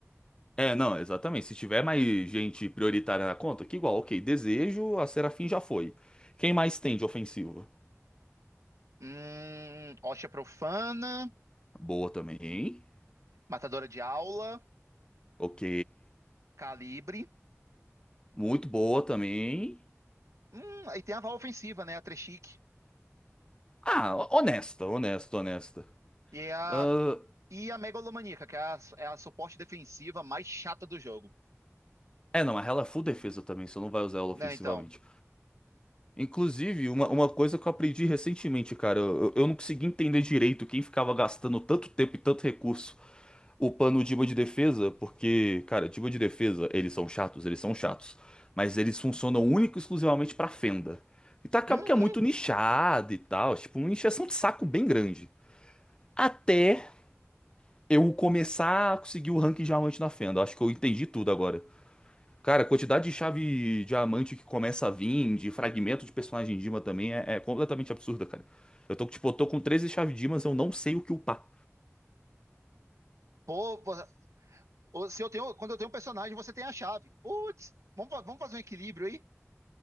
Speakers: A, on the left; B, on the right.
A: É, não, exatamente. Se tiver mais gente prioritária na conta, que igual, ok, desejo, a Serafim já foi. Quem mais tem de ofensivo?
B: Hum, Osha Profana,
A: Boa também.
B: Matadora de Aula,
A: Ok.
B: Calibre.
A: Muito boa também.
B: Hum, aí tem a Val Ofensiva, né? A Treshik.
A: Ah, honesta, honesta, honesta.
B: E é a,
A: Ah,
B: e a Megalomaníaca, que é a, é a suporte defensiva mais chata do jogo.
A: é, não, mas ela é full defesa também, você não vai usar ela
B: Né,
A: ofensivamente.
B: então.
A: Inclusive, uma, uma coisa que eu aprendi recentemente, cara, eu, eu eu não consegui entender direito quem ficava gastando tanto tempo e tanto recurso upando o diba de defesa, porque, cara, diba de defesa, eles são chatos, eles são chatos, mas eles funcionam único e exclusivamente pra fenda. Então acaba
B: Uhum.
A: que é muito nichado e tal, tipo, uma encheção de saco bem grande. Até eu começar a conseguir o ranking diamante na fenda, acho que eu entendi tudo agora. Cara, a quantidade de chave diamante que começa a vir, de fragmento de personagem Dima também é, é completamente absurda, cara. Eu tô, tipo, eu tô com 13 chaves Dimas, eu não sei o que upar.
B: Pô, pô, ô, se eu tenho, quando eu tenho um personagem, você tem a chave. Putz, vamos, fa- vamos fazer um equilíbrio aí.